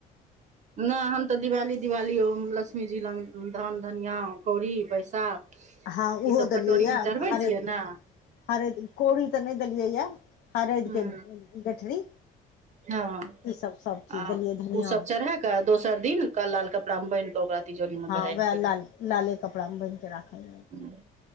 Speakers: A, on the right; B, on the left.
A: नै हम तऽ दिवाली दिवाली लक्ष्मीजी लग धान धनिआ कौड़ी पैसा
B: हँं
A: ई
B: ओहो
A: सब
B: देलियै
A: कटोरी
B: यए
A: मे चढ़बै
B: हरैदिकके
A: छियै ने
B: हरैद कौड़ी तऽ नै देलियै यए हरैद
A: ह
B: के गठरी
A: हँ
B: ईसभ सब चीज
A: आ
B: देलियै धनिया
A: ओ सब चढ़ा दोसर दिन क लाल कपड़ा बैधह कऽ ओकरा तिजोरी मे
B: हँ
A: के राखि
B: वएह लाल लाले कपड़ा मे बैनह के राखल
A: हँ